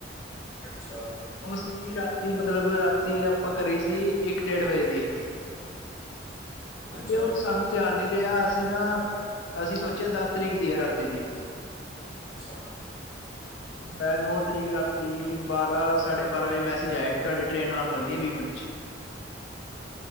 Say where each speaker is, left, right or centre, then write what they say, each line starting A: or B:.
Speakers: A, on the left (about 20°); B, on the left (about 80°).
A: ਅੱਛਾ।
B: ਓ ਸੀ ਰਾਤੀ ਮਤਲਬ ਰਾਤੀ ਆਪਾਂ ਕਰੀ ਸੀ ਇੱਕ ਡੇਢ ਵਜੇ ਦੀ।
A: ਅੱਛਾ।
B: ਤੇ ਉਹ ਸਾਂਨੂੰ ਧਿਆਨ ਨੀ ਰਿਹਾ, ਅਸੀ ਨਾ ਅਸੀ ਸੋਚਿਆ ਦਸ ਤਰੀਕ, ਦੀ ਹੈ। ਰਾਤੀ ਦੀ
A: ਅੱਛਾ ਅੱਛਾ।
B: ਮੈ, ਨੌ ਤਰੀਕ ਰਾਤੀ ਬਾਰਾਂ- ਸਾਢੇ ਬਾਰਾਂ ਵਜੇ ਮੈਸਜ ਆਇਆ। ਤੁਹਾਡੀੇ ਟ੍ਰੇਨ ਆਣ ਵਾਲੀ ਐ ਵੀਹ ਮਿੰਟ ਚ।